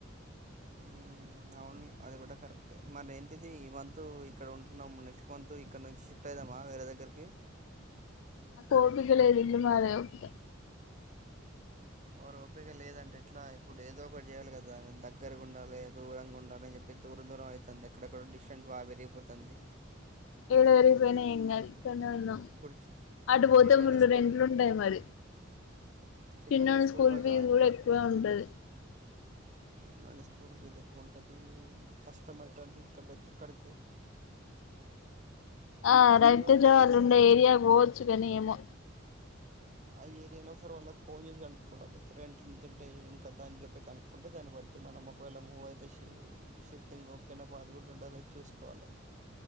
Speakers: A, on the right; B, on the left.
A: మ్మ్. అవును అది కూడా కరెక్ట్ మరి ఏంటిది ఈ మంత్ ఇక్కడ ఉంటున్నాము నెక్స్ట్ మంత్ ఇక్కడ నుంచి షిఫ్ట్ అయదామ్మా వేరే దగ్గరికి
B: ఓపిక లేదు ఇల్లు మారాలంటే
A: వారు ఓపిక లేదంటే ఎట్లా ఇప్పుడు ఏదో ఒకటి చేయాలి కదా దగ్గరగా ఉండాలి దూరంగా ఉండాలని చెప్పి దూరం దూరం అవుతుంది ఎక్కడక్కడ డిస్టెంట్ బాగా పెరిగిపోతుంది
B: ఏడ పెరిగిపోయినా ఎం గాదు ఇక్కడే ఉన్నాం
A: ఇప్పుడు చి-
B: అటు పోతే
A: చిన్నోడి
B: ఫుల్
A: స్కూల్
B: రెంట్లు ఉంటాయి మరి
A: చిన్నోడి
B: చిన్నోని
A: స్కూల్లో
B: స్కూల్ ఫీజు
A: జాయిన్
B: కూడా ఎక్కువ ఉంటది
A: చిన్నడి స్కూల్ ఫీజ ఎక్కువ ఉంటుంది కష్టమవుతుంది ఇక్కడ అక్కడికి
B: ఆ రైతుజవాళ్ళు
A: ఏదో ఒకటి చేద్దాం
B: ఉండే ఏరియా పోవచ్చు కానీ ఏమో
A: ఆ ఏరియాలో ఒకసారి వాళ్ళకి ఫోన్ చేసి కనుక్కోవాలి రెంట్లుంతంటే ఏం కదా అని చెప్పి కనుక్కుంటే దాన్ని బట్టి మనం ఒకవేళ మూవ్ అయితే షిఫ్టింగ్ ఓకేనా పాజిబుల్ ఉందొ లేద చూసుకోవాలి